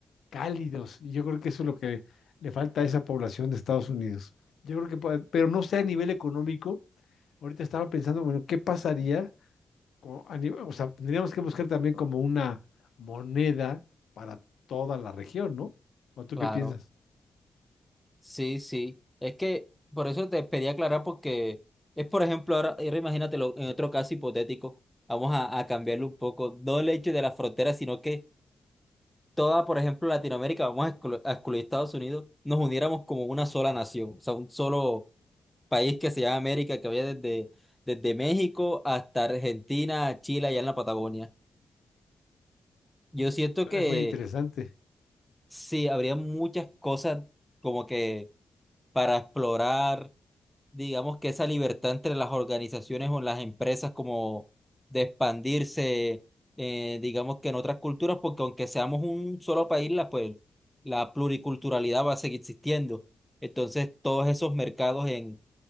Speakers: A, on the left; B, in the centre.
A: cálidos. Y yo creo que eso es lo que le falta a esa población de Estados Unidos. Yo creo que, puede- pero no sea a nivel económico. Ahorita estaba pensando, bueno, ¿qué pasaría? con- a nivel- o sea, tendríamos que buscar también como una moneda para toda la región, ¿no? ¿O tú
B: Claro.
A: qué piensas?
B: Sí, sí. Es que por eso te pedí aclarar porque es, por ejemplo, ahora, ahora imagínatelo en otro caso hipotético, vamos a, a cambiarlo un poco, no el hecho de la frontera, sino que toda, por ejemplo, Latinoamérica, vamos a exclu- a excluir Estados Unidos, nos uniéramos como una sola nación, o sea, un solo país que se llama América, que vaya desde, desde México hasta Argentina, Chile, allá en la Patagonia. Yo
A: Eso
B: siento que
A: es muy interesante.
B: sí, habría muchas cosas como que para explorar digamos que esa libertad entre las organizaciones o las empresas como de expandirse, eh, digamos que en otras culturas, porque aunque seamos un solo país, la, pues, la pluriculturalidad va a seguir existiendo. Entonces, todos esos mercados en